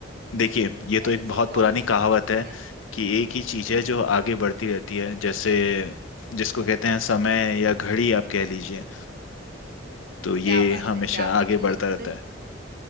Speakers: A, on the left; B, on the right.
A: देखिए ये तो
B: ऐसी
A: एक बहुत
B: कौन
A: पुरानी कहावत
B: सी हम्म
A: है कि एक ही चीज
B: हम्म
A: है जो आगे बढ़ती रहती है जैसे जिसको
B: हम्म,
A: कहते हैं समय या घड़ी आप कह लीजिए तो ये
B: क्या बात
A: हमेशा
B: है क्या बात
A: आगे
B: है मुझसे
A: बढ़ता रहता है